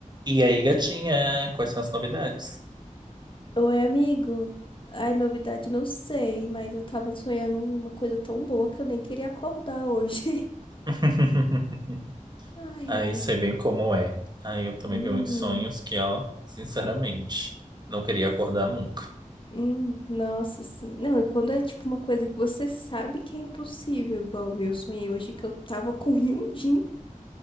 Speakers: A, on the right (about 35°); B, on the left (about 40°).
A: E aí, gatinha, quais são as novidades?
B: Oi, amigo. Ai, novidade, não sei, mas eu tava sonhando uma coisa tão boa que eu nem queria acordar hoje.
A: <laughs>
B: <laughs> Ai,
A: Aí
B: ai.
A: sei bem como é. Aí eu também
B: Uhum.
A: tenho uns sonhos que, ó, sinceramente, não queria acordar nunca.
B: Hum, nossa, sim. Não, e quando é tipo uma coisa que você sabe que é impossível, igual eu sonhei hoje que eu tava com Hyunjin.